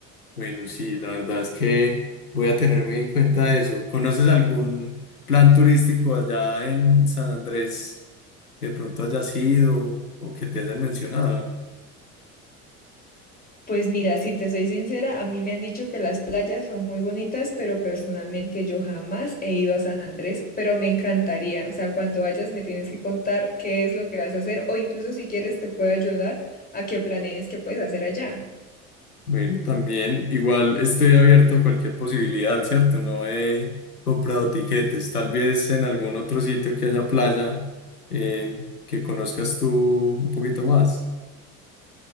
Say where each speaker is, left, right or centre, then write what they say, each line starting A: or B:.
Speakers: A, on the left; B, on the left.
A: Bueno, sí, la verdad es que voy a tener muy en cuenta eso. ¿Conoces algún plan turístico allá en San Andrés que de pronto hayas ido o que te hayan mencionado?
B: Pues mira, si te soy sincera, a mí me han dicho que las playas son muy bonitas, pero personalmente yo jamás he ido a San Andrés, pero me encantaría. O sea, cuando vayas me tienes que contar qué es lo que vas a hacer o incluso si quieres te puedo ayudar a que planees qué puedes hacer allá.
A: Bueno, también igual estoy abierto a cualquier posibilidad, ¿cierto? No he comprado tiquetes. Tal vez en algún otro sitio que haya playa eh, que conozcas tú un poquito más.